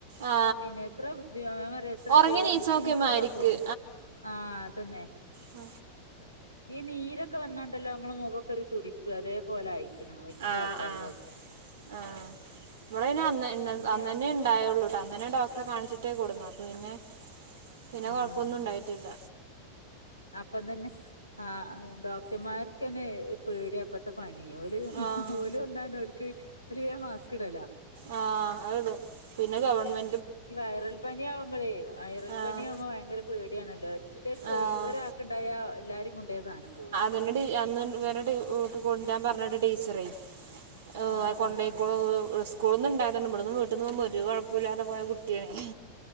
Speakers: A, on the right (about 60°); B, on the left (about 85°).
A: ആ
B: പിന്നെ എത്ര ബു ഞാൻപറയാ എത്ര
A: ഉറങ്ങി നീച്ചോക്കെ
B: ബുദ്ധിമുട്ട്ണ്ടാവ്പ്പോ
A: മാരിക്ക്
B: ആ അതന്നെ
A: ആ
B: ഈ നീരൊക്കെ വന്നാണ്ടല്ലോ നമ്മളെ മുഖക്കെ ഒര് തുടിപ്പ് അതേ പോലാ യി. ആ വല്യ
A: ആഹ്
B: ആൾക്കാർതൊക്കെ
A: ആഹ് ആഹ് ഇവ്ടെ പിന്നെ അന്ന് ഇന്ന്
B: അത്
A: അന്നന്നെ ണ്ടായൊള്ളൂട്ടോ അന്നന്നെ ഡോക് അപ്പൊ കാണിച്ചിട്ടേ കൊണ്ടന്നാക്കൂ പിന്നെ പിന്നെ
B: ആഹ്
A: കൊഴപ്പൊന്നും ഉണ്ടായിട്ടില്ല.
B: അപ്പം തന്നെ ആഹ് ഡോക്ടർമാർക്ക് ന്നെ പേടിയ പ്പത്തെ പനി. ഓല്
A: ആഹ്
B: ഓല് വന്ന പിന്നെ ഓൽക്ക് ഓല് വേംമാസ്ക് ഇടല
A: ആ അതാണ് പിന്നെ ഗവൺമെ
B: ഈ വയറൽ പനി ആവുമ്പോളേ വൈറൽ
A: ആഹ്
B: പനിയാവുമ്പോ ഭയങ്കര പേടിയാണല്ലോ എല്ലാര്ക്കും
A: ആഹ്
B: ഒരാക്ക്‌ണ്ടായ എല്ലാരേം കൊണ്ടാ ആ സാനം പൊകൂ
A: തന്നാടി അന്ന് വരെ ടു വിട്ട് കൊണ്ടരാൻ പറഞ്ഞിണ്ട് ടീച്ചറെ ഓ
B: ആഹ്
A: അഹ് കൊണ്ടയിക്കോളൂ
B: ആഹ്
A: സ് സ്കൂള്ന്ന് ണ്ടായതാണ് ഇവ്ട്ന്ന് വീട്ടന്ന് പോമ്പം ഒര് കൊഴപ്പോല്ലാതെ പോയ കുട്ടിയാണേ